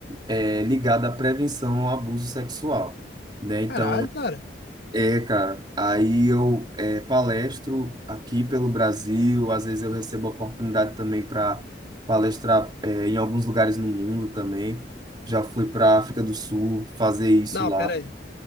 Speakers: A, on the right; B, on the left.
A: é, ligada à prevenção ao abuso sexual, né? Então,
B: Caralho, cara.
A: é, cara, aí eu é, palestro aqui pelo Brasil, às vezes eu recebo a oportunidade também para palestrar é, em alguns lugares no mundo também. Já fui para África do Sul fazer isso
B: Não,
A: lá.
B: pera aí.